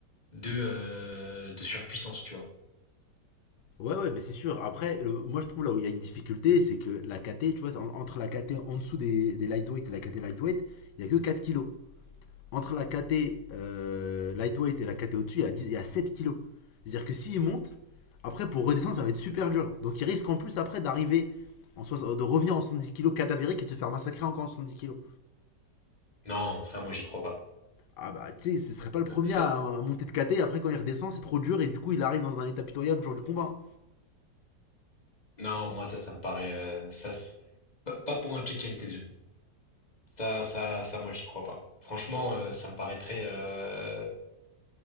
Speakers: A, on the left (about 25°); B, on the left (about 70°).
A: de euh, de surpuissance, tu vois.
B: Ouais, ouais, mais c'est sûr. Après, le- moi je trouve là où il y a une difficulté, c'est que la KT, tu vois, en- entre la KT en dessous des, des lightweight et la KT lightweight, il n'y a que 4 kilos. Entre la KT euh, lightweight et la KT au-dessus, il y a 10 il y a 7 kilos. C'est-à-dire que s'il monte, après pour redescendre, ça va être super dur. Donc il risque en plus après d'arriver, en soix- de revenir en 70 kilos cadavérique et de se faire massacrer encore en 70 kilos.
A: Non, ça, moi, j'y crois pas.
B: Ah bah, tu sais, ce serait pas le premier
A: Ça,
B: à, à monter de KT, et après quand il redescend, c'est trop dur et du coup il arrive dans un état pitoyable le jour du combat.
A: non, moi, ça, ça me paraît, euh, ça, s- pas pas pour un Tchétchène, tes yeux. Ça, ça, ça, moi, j'y crois pas. Franchement, euh, ça me paraîtrait, euh...